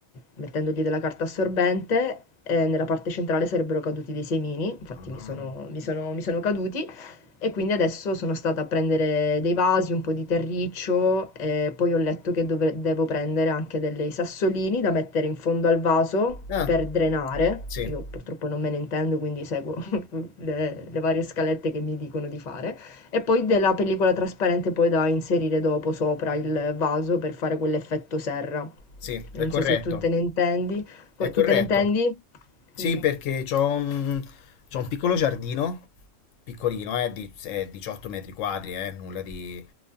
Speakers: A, on the left; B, on the left.
A: mettendogli della carta assorbente e nella parte centrale sarebbero caduti dei semini, infatti
B: Ah,
A: mi sono, mi sono- mi sono caduti e quindi adesso sono stata a prendere dei vasi, un po' di terriccio e poi ho letto che dovre- devo prendere anche dei sassolini da mettere in fondo al vaso
B: Ah.
A: per drenare.
B: sì,
A: Io purtroppo non me ne intendo, quindi seguo <laughs> le, le varie scalette che mi dicono di fare. E poi della pellicola trasparente poi da inserire dopo sopra il vaso per fare quell'effetto serra.
B: sì, è
A: Non
B: corretto.
A: so se tu te ne intendi.
B: È
A: Co-
B: corretto.
A: Tu te ne intendi?
B: Sì,
A: Quindi-
B: perché c'ho un, c'ho un piccolo giardino, piccolino, eh, di, eh, 18 metri quadri, eh, nulla di...